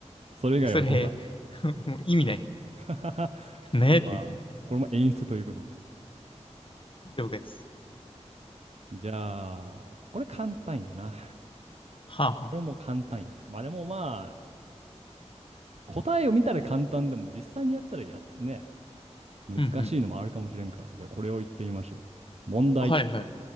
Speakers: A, on the right; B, on the left.
A: それ以外は誤差。
B: でそれ、<laughs> もう意味ない。
A: <laughs>
B: ねえって、
A: まあ、これも演出ということで。
B: 了解です。
A: じゃあ、これ簡単やな。
B: はあはあ。
A: これも簡単やな。まあでもまあ、答えを見たら簡単でも実際にやったらや、ね、難しいのもあるかもしれんから。
B: うんうん。
A: じゃあこれを言ってみましょう。問題。
B: はいはい。